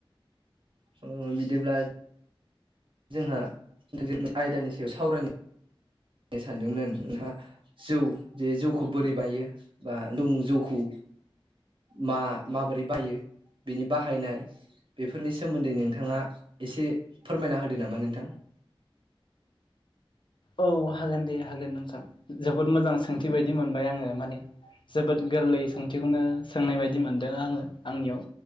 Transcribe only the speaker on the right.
उम बिदिब्ला जोंहा आयदानि सायाव सावरायनो सानदोंमोन नोंथांङा जौ जे जौखौ बोरै बायो बा जों जौखौ मा माबोरै बायो बिनि बाहायनाय बेफोरनि सोमोन्दै नोंथांङा एसे फोरमायना होदो नामा नोंथां
औ